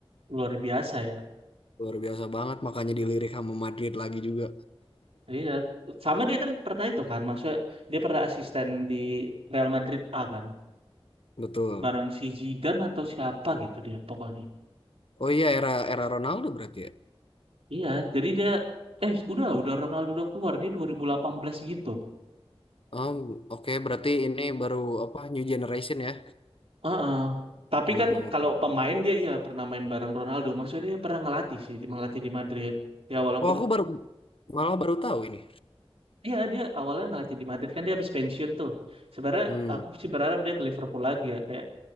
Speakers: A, on the right; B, on the left.
A: luar biasa ya.
B: Luar biasa banget makanya dilirik sama Madrid lagi juga.
A: Iya, sama dia kan pernah itu kan, maksudnya dia pernah asisten di Real Madrid A kan,
B: Betul.
A: bareng si Zidane atau siapa gitu dia pokoknya.
B: Oh iya era era Ronaldo berarti ya.
A: Iya, jadi dia eh udah udah Ronaldo udah keluar dia 2018 gitu.
B: Um, oke berarti ini baru apa new generation ya.
A: Heeh. Tapi
B: Hmm,
A: kan
B: Oke.
A: kalau pemain dia iya pernah main bareng Ronaldo, maksudnya dia pernah ngelatih sih, di- ngelatih di Madrid. Ya walaupun
B: Oh aku baru malah baru tahu ini.
A: iya dia awalnya ngelatih di Madrid kan dia habis pensiun tuh. Sebenarnya
B: Hmm,
A: aku sih berharap dia ke Liverpool lagi ya kayak